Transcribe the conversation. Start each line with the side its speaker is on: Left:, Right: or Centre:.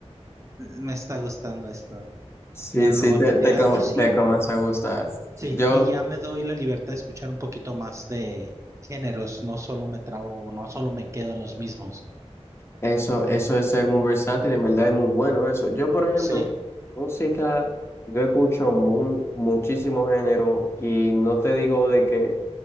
Right: me está gustando esto,
Left: Sí,
Right: ya no
Left: sí,
Right: lo voy
Left: te,
Right: a criticar.
Left: te, Entonces,
Right: Y sí,
Left: come- te comienza a gustar.
Right: sí,
Left: Yo,
Right: y ya me doy la libertad de escuchar un poquito más de géneros, no solo me trabo, no solo me quedo en los mismos.
Left: eso, eso de ser muy versátil, en verdad es muy bueno eso. Yo, por ejemplo,
Right: Sí,
Left: música, yo escucho mu- muchísimos géneros y no te digo de que